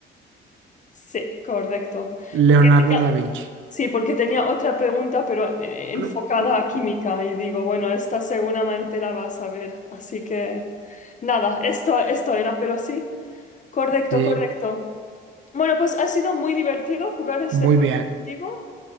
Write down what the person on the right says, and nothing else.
Leonardo
da Vinci.
Aló,
aló,
aló.
Sí,
Muy
bien,